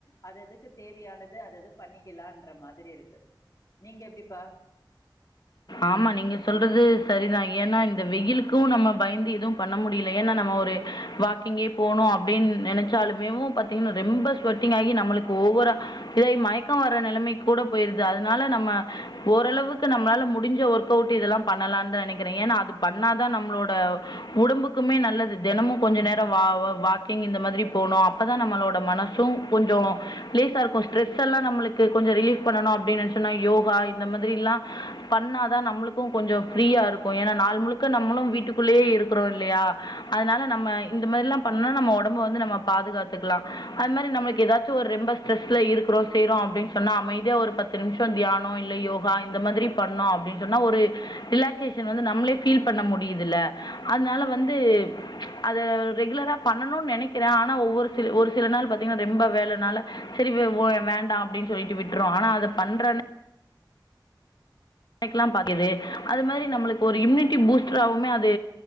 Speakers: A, on the left; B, on the left.
A: அத அதுக்கு தேவையானது அதது பண்ணிக்க விளயான்ற மாதிரி இருக்கு நீங்க எப்டிப்பா
B: ஆமா நீங்க சொல்றது சரிதா ஏன்னா இந்த வெயிலுக்கும் நம்ம பய்ந்து எதுவும் பண்ண முடியல ஏனா நம்ம ஒரு வாக்கிங்கே போணு அப்டின் நெனச்சாலுமேவு பாத்தீங்கன்னா ரொம்ப ஸ்வட்டிங் ஆகி நம்முளுக்கு ஓவ்வொ ர இதாய் மயக்கோ வர்ர நெலமைக்கூட போய்ருது அதுனால நம்ம ஓரளவுக்கு நம்ளால மு முடிஞ்ச ஒர்க் அவ்டு இதெல்லா பண்ணலா நெனைக்குறே ஏன்னா அது பண்ணாதா நம்மளோட உடம்புக்குமே நல்லது தெனமு கொஞ்சோ நேரோ வா வா வாக்கிங் இந்த மாதிரி போனு அப்பதா நம்மளோட மனசும் கொஞ்சோ லே லேசாருக்கு ஸ்ட்ரெஸ்ஸலா நம்முளுக்கு கொஞ்சோ ரிலீஃப் பண்ணணு அப்டின் நெனச்சனா யோகா இந்த மாதிரிலா பண்ணாதா நம்முளுக்கு கொஞ்சோ ஃப்ரீயா இருக்கு எனா நாள் முழுக்க நம்முளு வீட்டுகுள்ளயே இருக்கறோ இல்லயா அத்னால நம்ம இந்த மாரிலா பண்ணா நம்ம ஒடம்பு வந்து நம்ம பாதுகாத்துக்லா அது மாரி நம்ளுக் ஏதாச்சு ஒரு ரொம்ப ஸ்ட்ரெஸ்ல இருக்றோ செய்றோ அப்டின் சொன்னா அமைதியா ஒரு பத்து நிம்ஷோ தியானோ இல்ல யோகா இந்த மாதிரி பண்ணோ அப்டின் சொன்னா ஒரு ரிலாக்சேஷன் வந்து நம்ளே ஃபீல் பண்ண முடியுதுல அத்னால வந்து அத ரெகுலரா பண்ணணுன் நெனக்கிறே ஆனா ஒவ்வொரு சில ஒரு சில நாள் பாத்தீங்கன்னா ரொம்ப வேல நால செர் சி போ வேண்டா அப்டின் சொல்லிட்டு விட்டுரோ ஆனா அத பண்றன் ல்லா பாக்குது அது மாரி நம்ளுக்கு ஒரு இம்யூன்டி பூஸ்ட்ராவுமே அது